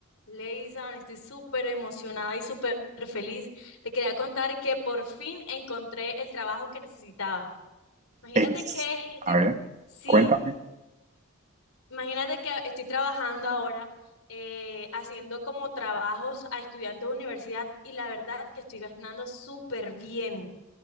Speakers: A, on the left (about 75°); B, on the right (about 35°).
A: Leisan, estoy súper emocionada y súper feliz. Te quería contar que por fin encontré el trabajo que necesitaba. Imagínate
B: Es-
A: que estoy,
B: a ver,
A: sí,
B: cuéntame.
A: imagínate que estoy trabajando ahora eh, haciendo como trabajos a estudiantes de universidad y la verdad que estoy ganando súper bien.